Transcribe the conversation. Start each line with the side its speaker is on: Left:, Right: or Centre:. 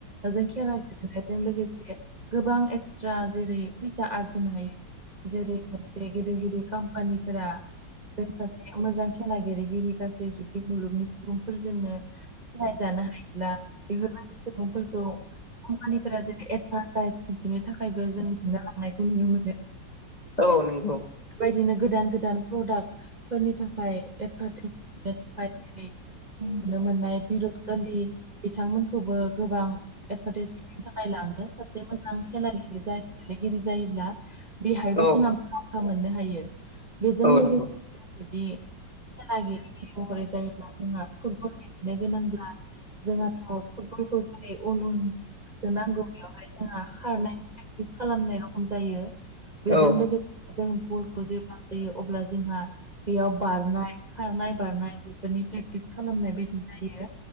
Right: जों खेला ओ गेलेनायजों लोगोसे गोबां एक्सट्रा जेरै फैसा आरजिनो हायो जेरै मोनसे गिदिर गिदिर कम्पानिफोरा जों सासे मोजां खेला गेलेगिरि गासै जुदि मुलुगनि सुबुंफोरजोंनो सिनायजानो हायोब्ला बेफोरबायदि सुबुंफोरखौ कम्पानिफोरा जेरै एडभान्सो प्राइज खिन्थिनो थाखायबो जों नुनो लांनायखौ नुनो मोनो।
Left: औ नंगौ
Right: बेदिनो गोदान गोदान प्रडाक्ट फोरनि थाखाय एडभारटाइस खिन्थिनो थाखाय जेरै <unintelligible> नुनो मोननाय बिरात कलि बिथांमोनखौबो गोबां एदभार्टाइस खालामनो थाखाय लाङो सासे मोजां खेला गेलेगिरि जायोब्ला। बेहायबो
Left: औ
Right: जोंहा मुलाम्फा मोननो हायो बेजों
Left: औ
Right: लोगोसे
Left: नंगौ
Right: जों जुदिओ खेला गेले महरै जायोब्ला जोंहा फुटबल गेलेनो गोनांब्ला जोंहाथ' फुटबलखौ जेरै उन उन होसो नांगौ बेवहाय जोंहा खारनायनि थाखायो प्रेक्टिस खालामनाय रखम जायो बेजों
Left: औ
Right: लोगोसे जों बलखौ जेब्लाओ जायो अब्ला जोंहा बेयाव बारनाय खारनाय बारनाय बेफोरनि प्रेक्टिसो खालामनाय बायदि जायो